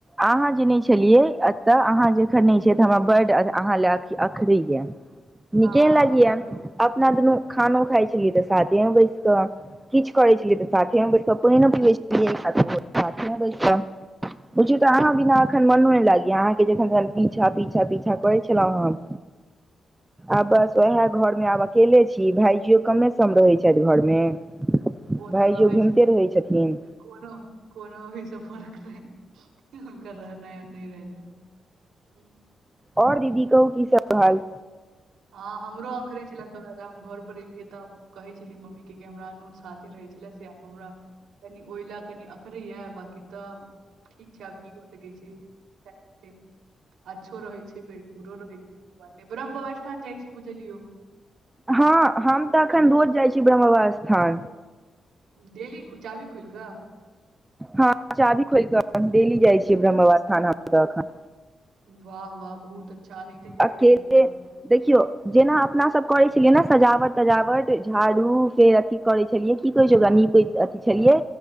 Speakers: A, on the right; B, on the right.
A: अहाँ जे नहि छलियै एतय अहाँ जखन नहि छियै तऽ हमरा बड अहाँ लए अ अखरैयए
B: <inaudible>
A: निकै नय लागियए
B: हमरो
A: आब अपना दुनू खानो खाइ छलियै तऽ साथे में बैस क किछु करे
B: हूँ
A: छलियै तऽ साथे में बैस पायनो पिबो छलये साथे म बैस कय पुछु त अहाँ बिना एखन मनो नहि लागेय अहाँके जखन पीछा पीछा पीछा करै छलहुँ हम आब बस ओहेय घर मे आब अकेले छी भाायजियो कमे सम रहै छै घर मे भाइ
B: ओ तऽ रहै
A: जियो घुमिते
B: छथिन नहि
A: रहै छथिन
B: कोनो कोनो भी फर्क नहि हुनका रहना और न रहना हूँ
A: और दीदी कहूँ की सब भय रहल
B: हँ हमरो अखरे छले तो हम घर पर एलियै त कहै छलियै मम्मी के कि हमरा अनू साथे रहै छलै से आब हमरा कनि ओयला कनि अखरे य बाकि त ठीक छै आब की करे के छिये अच्छो रहै छै फेट बूरो रहै छै ब्रह्म बाबा स्थान जाइ छी बुझलियो
A: हँ हम त एखन रोज जाइ छी ब्रह्म बाबा स्थान
B: डेली चाभी खुलि क
A: हँ चाभी खोलि क डेली जाइ छियै ब्रह्म बाबा स्थान हम त एखन
B: वाह वाह बहुत अच्छा अनहेते जायत
A: अकेले
B: रहिऐ हमहू
A: देखियौ जेना अपना सब करै छलियै ने सजावट तजावट झाड़ू फेर अथी करै छलियै की कहै छै ओकरा नीपे अथी छलियै